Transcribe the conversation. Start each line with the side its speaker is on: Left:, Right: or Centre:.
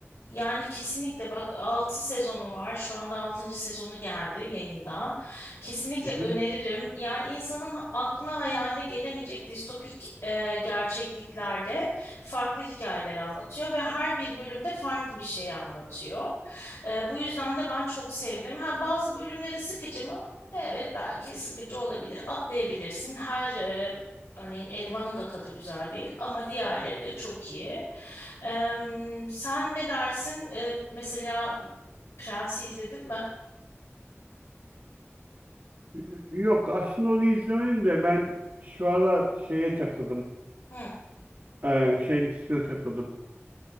Left: Yani kesinlikle bak 6 sezonu var. Şu anda altıncı sezonu geldi yayında. Kesinlikle
Right: hı
Left: öneririm. Yani insanın ha- aklına hayaline gelemeyecek distopik e, gerçekliklerde farklı hikayeleri anlatıyor ve her bir bölümde farklı bir şeyi anlatıyor. E, bu yüzden de ben çok sevdim. Ha, bazı bölümleri sıkıcı mı? Evet, belki sıkıcı olabilir. Atlayabilirsin. Her e, örneğin Elvan'ın da tadı güzel değil ama diğerleri de çok iyi. Em, sen ne dersin? E, mesela Prens'i izledin mi?
Right: hı. Yok aslında onu izlemedim de ben şu aralar şeye takıldım.
Left: Hı.
Right: Ee, şey dizisine takıldım.